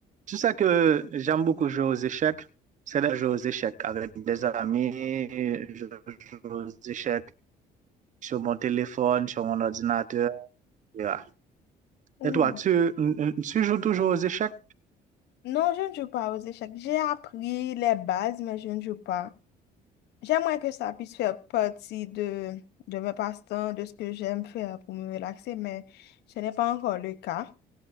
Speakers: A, on the right; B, on the left.
A: tout ça que j'aime beaucoup jouer aux échecs. C'est de jouer aux échecs avec des amis. Je joue aux échecs sur mon téléphone, sur mon ordinateur. etc.
B: Euh,
A: Et toi, tu, tu joues toujours aux échecs?
B: Non, je ne joue pas aux échecs. J'ai appris les bases, mais je ne joue pas. J'aimerais que ça puisse faire partie de, de mes passe-temps, de ce que j'aime faire pour me relaxer, mais ce n'est pas encore le cas.